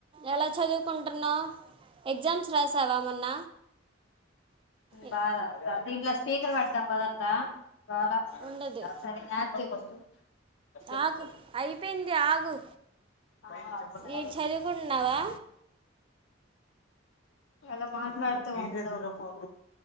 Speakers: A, on the right; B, on the left.
A: ఎలా చదువుకుంటున్నావు ఎగ్జామ్స్ రాసావా మొన్న ఏ-
B: బా లా దీంట్ల స్పీకర్. కుదరదా కావాలా
A: ఉండదు
B: సరే అప్ చెప్పు. ఎస్కేప్
A: ఆగు
B: నొక్కమ్మ
A: అయిపోయింది ఆగు
B: అవునా సరే
A: ఈ చదువుకుంటున్నావా
B: అలా మాట్లాడుతే ఉండటం రా ఫోన్.